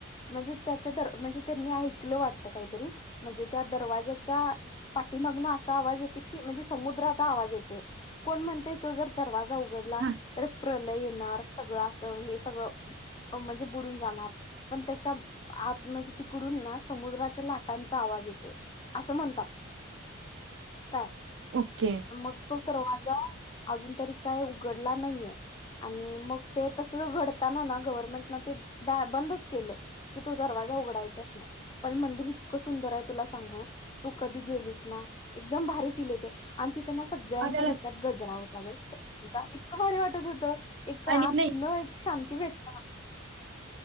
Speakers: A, on the left (about 25°); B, on the right (about 60°).
A: म्हणजे त्याच दर म्हणजे त्यांनी ऐकलं वाटत काहीतरी म्हणजे त्या दरवाजच्या पाठीमागुण असा आवाज येतोय की म्हणजे समुद्राचा आवाज येतोय कोण म्हणतंय तो जर दवाजा उ उघडला
B: हा
A: तर प्रलय येणार सगळं असं हे सगळं म्हणजे बुडून जाणार पण त्याच्या आत म्हणजे तिकडून ना समुद्राच्या लाटांचा आवाज येतोय असं म्हणतात. काय
B: ओके
A: मग तो दरवाजा अजून तरी काय उ घडला नइयेय आणि मग ते तसंच घडताना ना गवर्नमेंट ते दार बंदच केलं की तो दरवाजा उघडायचाच नाय पण मंदिर इतकं सुंदर हाय तुला सांगू तु कधी गेलीस ना एकदम भारी फील येतय आणि ती ते ना सगळ्यांच्या
B: आपल्याला
A: डोक्यात गजरा होता बाई. <inaudible> जा इतकं भारी वाटत होतं एक आतन
B: आणि नाही
A: एक शांती भेटत्